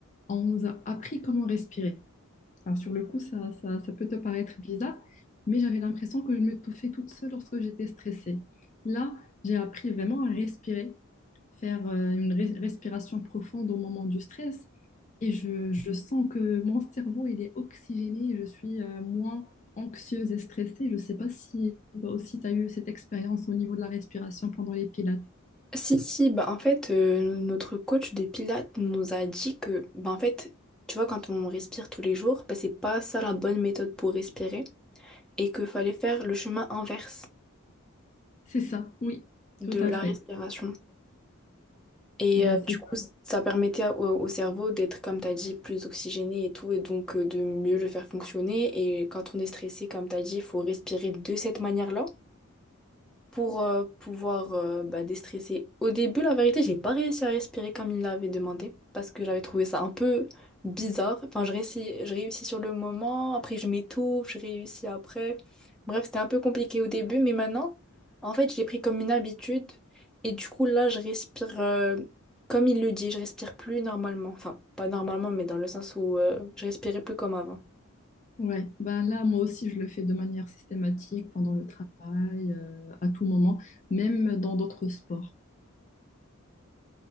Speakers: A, on the left; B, in the centre.
A: on nous a appris comment respirer. Alors, sur le coup, ça, ça, ça peut te paraître bizarre, mais j'avais l'impression que je m'étouffais toute seule lorsque j'étais stressée. Là, j'ai appris vraiment à respirer faire euh, une res- respiration profonde au moment du stress. Et je, je sens que mon cerveau, il est oxygéné, et je suis euh, moins anxieuse et stressée. Je ne sais pas si toi aussi, tu as eu cette expérience au niveau de la respiration pendant les pilates.
B: Si, si, bah, en fait, euh, notre coach des Pilates nous a dit que, bah, en fait, tu vois, quand on respire tous les jours, bah, c'est pas ça la bonne méthode pour respirer et qu'il fallait faire le chemin inverse
A: C'est ça, oui,
B: de
A: tout à
B: la
A: fait.
B: respiration. Et
A: C'est
B: euh,
A: c'est
B: du
A: ça.
B: coup, ça permettait au, au cerveau d'être, comme tu as dit, plus oxygéné et tout, et donc euh, de mieux le faire fonctionner. Et quand on est stressé, comme tu as dit, il faut respirer de cette manière-là. pour euh, pouvoir euh, bah, déstresser. Au début, la vérité, j'ai pas réussi à respirer comme il l'avait demandé parce que j'avais trouvé ça un peu bizarre. Enfin, je réussis, je réussis sur le moment, après je m'étouffe, je réussis après. Bref, c'était un peu compliqué au début, mais maintenant, en fait, je l'ai pris comme une habitude et du coup, là, je respire euh, comme il le dit, je respire plus normalement. Enfin, pas normalement, mais dans le sens où euh, je respirais plus comme avant.
A: Ouais. Ben là, moi aussi, je le fais de manière systématique pendant le travail, euh, à tout moment, même dans d'autres sports.